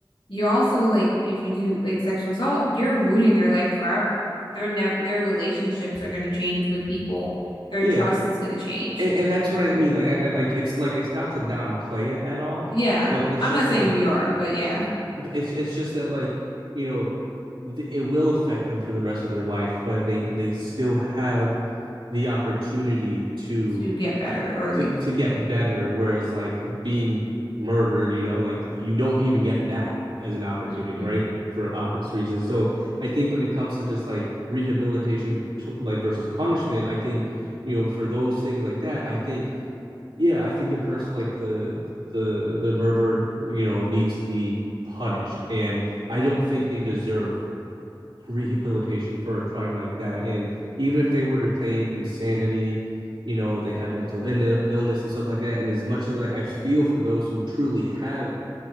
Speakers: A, on the left; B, on the right.
A: you're also like if you do like sexual assault, you're ruining their life forever. Their ne their relationships are going to change with people. Their
B: yeah
A: trust is going to change.
B: and, and that's what I mean. Like, I, I like it's like it's not to downplay it at all,
A: Yeah.
B: but it's
A: I'm
B: just
A: not saying
B: like
A: you are, but yeah,
B: it's it's just that like you know the, it will affect them for the rest of their life, but they they still have the opportunity to
A: to get better or like
B: to to get better. Whereas like being murdered, you know, like you don't even get that as an opportunity,
A: Mhm.
B: right? For obvious reasons. So I think when it comes to just like rehabilitation, to, like versus punishment, I think you know for those things like that, I think yeah, I think the person like the the the murderer, you know, needs to be punished. And I don't think they deserve rehabilitation for a crime like that. And even if they were to claim insanity, you know, they have mental Ill- illness and stuff like that. And as much as I, I feel for those who truly have